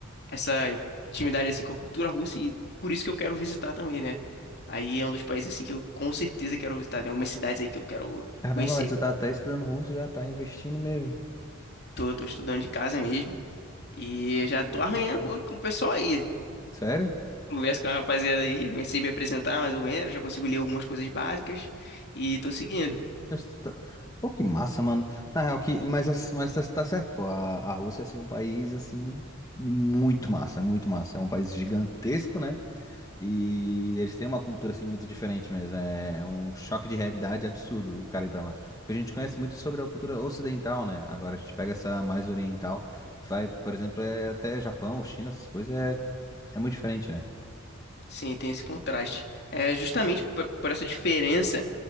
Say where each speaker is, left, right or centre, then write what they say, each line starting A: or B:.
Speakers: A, on the left (about 55°); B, on the left (about 15°).
A: essa intimidade assim com a cultura russa e por isso que eu quero visitar também, né? Aí é um dos países assim que eu com certeza quero visitar. Tem algumas cidades aí que eu quero
B: Caramba,
A: conhecer.
B: mas tu tá até estudando russo, já tá investindo mesmo.
A: Tô, tô estudando de casa mesmo e já tô
B: Loucura,
A: arranhando
B: pô.
A: com, com o pessoal aí.
B: Sério?
A: Converso com a rapaziada aí, comecei a me apresentar mais ou menos, já consigo ler algumas coisas básicas e tô seguindo.
B: Mas tu tá- Pô, que massa, mano. Na real, que... mas, as- mas tá tá certo, pô. A, a Rússia, assim, é um país, assim, muito massa, muito massa. É um país gigantesco, né? E eles têm uma cultura, assim, muito diferente mesmo. É é um choque de realidade absurdo o cara ir pra lá. Porque a gente conhece muito sobre a cultura ocidental, né? Agora a gente pega essa mais oriental, vai, por exemplo, é até Japão, China, essas coisas, é, é muito diferente, né?
A: Sim, tem esse contraste. É justamente p- por essa diferença.